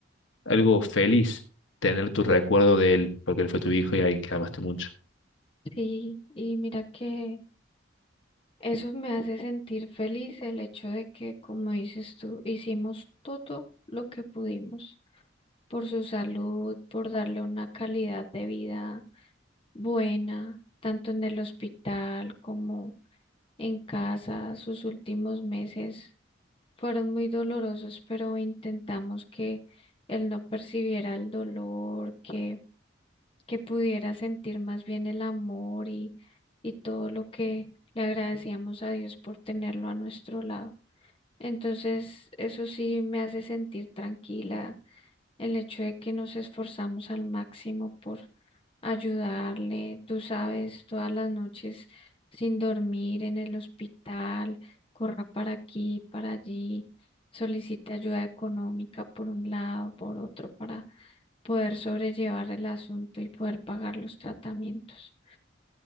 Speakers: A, on the left; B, on the left.
A: algo feliz tener tu recuerdo de él, porque él fue tu hijo y alguien que amaste mucho.
B: Sí, y mira que eso me hace sentir feliz el hecho de que, como dices tú, hicimos todo lo que pudimos. por su salud, por darle una calidad de vida buena, tanto en el hospital como en casa. Sus últimos meses fueron muy dolorosos, pero intentamos que él no percibiera el dolor, que, que pudiera sentir más bien el amor y, y todo lo que le agradecíamos a Dios por tenerlo a nuestro lado. Entonces, eso sí me hace sentir tranquila el hecho de que nos esforzamos al máximo por ayudarle, tú sabes, todas las noches sin dormir en el hospital, corra para aquí, para allí, solicite ayuda económica por un lado, por otro, para poder sobrellevar el asunto y poder pagar los tratamientos.